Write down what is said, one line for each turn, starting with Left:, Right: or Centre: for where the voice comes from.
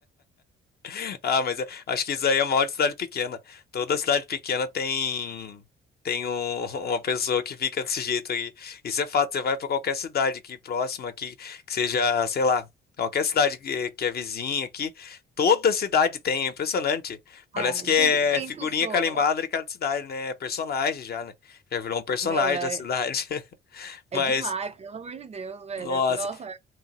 Left: <laughs> Ah, mas eu acho que isso aí é mal de cidade pequena. Toda cidade pequena tem tem um- <laughs> uma pessoa que fica desse jeito aí. Isso é fato. Você vai para qualquer cidade aqui próxima aqui, que seja, sei lá, qualquer cidade que, que é vizinha aqui, toda cidade tem. É impressionante. Parece
Right: Ah,
Left: que é
Right: sempre tem
Left: figurinha
Right: a pessoa.
Left: carimbada de cada cidade, né? É personagem já, né? Já virou um personagem
Right: Meu, é,
Left: da cidade. <laughs>
Right: É
Left: Mas,
Right: demais, pelo amor de Deus, velho.
Left: nossa.
Right: Nossa,